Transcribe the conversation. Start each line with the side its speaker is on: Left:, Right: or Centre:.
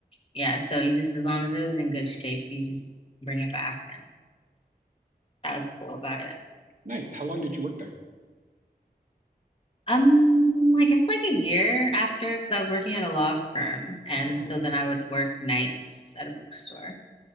Left: Yeah, so you just as long as it was in good shape, you just bring it back, and that was cool about it.
Right: Nice. How long did you work there?
Left: Um, I guess like a year after, because I was working at a law firm, and
Right: Oh, cool.
Left: so then I would work nights at a bookstore.